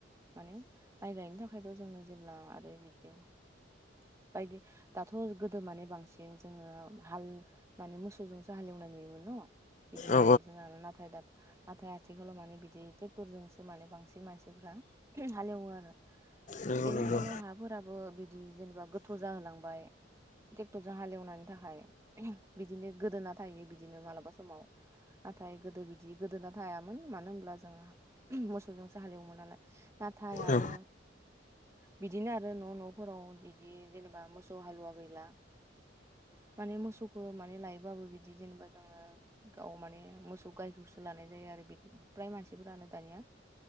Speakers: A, on the right; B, on the left.
A: माने माइ गायनो थाखायथ जोङो जेब्ला आरो बिदि बायदि दाथ गोदो माने बांसिन जोङो हाल माने मोसौजोंसो हालेवनाय नुयो बिदि
B: औ
A: नांगोल जोंना नाथाय दा हाथाइ आथिखालाव माने बिदि ट्रेक्टरजोंसो माने बांसिन मानसिफ्रा हालेवो आरो
B: नंगौ
A: बेनिखायनो
B: नंगौ
A: हाफोराबो बिदि जेनेबा गोथौ जाहोलांबाय ट्रेक्टरजों हालेवनायनि थाखाय बिदिनो गोदोना थायो बिदिनो मालाबा समाव नाथाय गोदो बिदि गोदोना थायामोन मानो होनब्ला जों मोसौजोंसो हालेवोमोन नालाय नाथाय आरो
B: औ
A: बिदिनो आरो न' न'फोराव बिदि जेनेबा मोसौ हालुवा गैला माने मोसौखौ माने लायोबाबो बिदि जेनेबा जोङो गाव माने मोसौ गायखौसो लानाय जायो आरो बिदि फ्राय मानसिफोरानो दानिया